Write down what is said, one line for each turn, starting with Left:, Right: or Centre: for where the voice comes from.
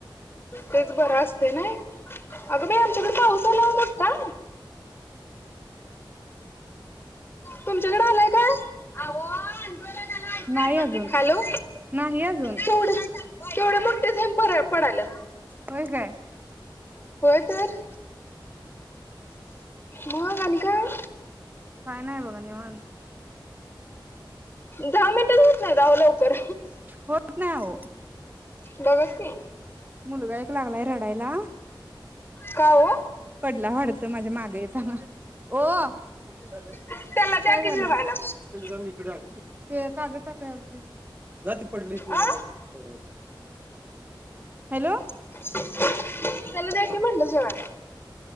Left: तेच बर असतय नाय, अगं बाई आमच्याकडे पाऊस आला ओ मोठ्ठा. तुमच्याकड आलाय का?, आ वो आमच्या
Right: नाही अजून
Left: हॅलो,
Right: नाही अजून
Left: केवढं केवढ मोठे थेंब पड पडायल्यात.
Right: व्हय काय?
Left: होय तर, मग आणि काय?
Right: काय नाय बघा, निवांत.
Left: दहा मिनटंच होत नाहीत आवो लवकर.
Right: होत नाही हो
Left: बघा की.
Right: मुलगा एक लागलाय रडायला
Left: का ओ?
Right: पडला वाटतं माझ्या मागं येताना, ओ अ कुठं निघलीस?
Left: त्याला द्या
Right: काय
Left: की
Right: झालं?
Left: जेवायला मग
Right: तिकडनं जाऊन इकडे आलीस होय. ते कागद टाकायला आलतो इकडं. जा ती पडलय इतनं
Left: आ
Right: वरनं खाली पायऱ्या वरन. हॅलो.
Left: त्याला द्या की, म्हणलं जेवायला.